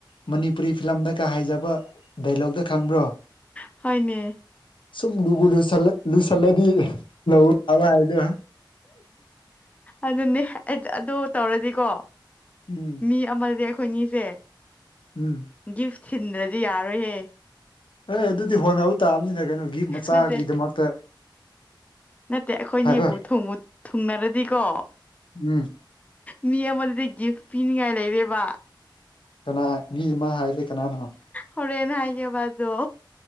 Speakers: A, on the left; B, on the left.
A: ꯃꯅꯤꯄꯨꯔꯤ ꯐꯤꯂꯝꯗ ꯀꯥ ꯍꯥꯏꯖꯕ ꯗꯥꯏꯂꯣꯛꯇ ꯈꯪꯕ꯭ꯔꯣ
B: ꯍꫭꯠꯅꯦ
A: ꯁꯨꯝ ꯂꯨꯕꯨ ꯂꯨ ꯂꯨꯁꯜꯂꯗꯤ ꯂꯧꯅꯕ ꯍꯥꯏꯗꯣ
B: ꯑꯗꯨꯅꯦ ꯑꯗꯨ ꯇꯧꯔꯗꯤꯀꯣ
A: ꯎꯝ
B: ꯃꯤ ꯑꯃꯁꯦ ꯑꯩꯈꯣꯏꯅꯤꯁꯦ
A: ꯎꯝ
B: ꯒꯤꯐ ꯊꯤꯟꯗ꯭ꯔꯗꯤ ꯌꯥꯔꯣꯏꯍꯦ
A: ꯑꯦ ꯑꯗꯨꯗꯤ ꯍꯣꯠꯅꯕ ꯇꯥꯕꯅꯤꯅ ꯒꯤꯐ ꯃꯆꯥꯒꯤꯗꯃꯛꯇ
B: ꯅꯠꯇꯦ ꯅꯠꯇꯦ ꯑꯩꯈꯣꯏꯅꯤꯕꯨ
A: ꯍꯥꯏꯔꯣꯏ
B: ꯊꯨꯡꯕꯨ ꯊꯨꯡꯅꯔꯗꯤꯀꯣ
A: ꯎꯝ
B: ꯃꯤ ꯑꯃꯗꯨꯗꯤ ꯒꯤꯐ ꯄꯤꯅꯤꯡꯉꯥꯏ ꯂꯩꯔꯦꯕ
A: ꯀꯅꯥ ꯃꯤ ꯑꯃ ꯍꯥꯏꯗꯤ ꯀꯅꯥꯅꯣ
B: ꯍꯣꯔꯦꯟ ꯍꯥꯏꯒꯦꯕꯗꯣ